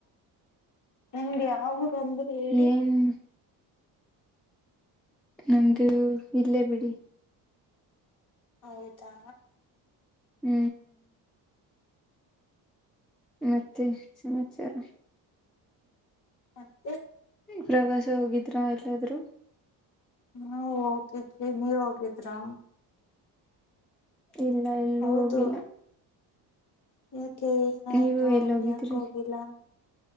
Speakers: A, on the left; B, in the centre.
A: ನಿಮ್ದು ಯಾವ ಊರು ಅಂದ್ರಿ ಹೇಳಿ.
B: ಏನ್ ನಮ್ದು ಇಲ್ಲೇ ಬಿಡಿ,
A: ಹೌದಾ,
B: ಹ್ಮ್, ಮತ್ತೆ ಸಮಾಚಾರ,
A: <inaudible>
B: ಪ್ರವಾಸ ಹೋಗಿದ್ರ ಎಲ್ಲಾದ್ರು.
A: ಹಾ ಹೋಗಿದ್ವಿ ನೀವ ಹೋಗಿದ್ರಾ.
B: ಇಲ್ಲ ಎಲ್ಲೂ
A: ಹೌದು
B: ಹೋಗಿಲ್ಲ.
A: ಯಾಕೆ ಏನಾಯ್ತು,
B: ನೀವು ಎಲ್ಲಿ ಹೋಗಿದ್ರಿ
A: ಯಾಕ ಹೋಗಿಲ್ಲ,